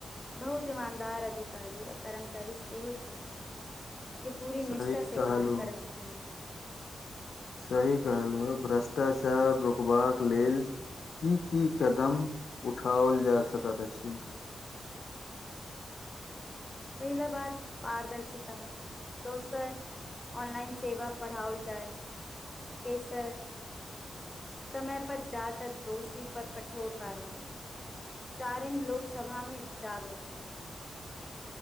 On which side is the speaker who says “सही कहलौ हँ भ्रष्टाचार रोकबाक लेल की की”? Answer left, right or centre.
Left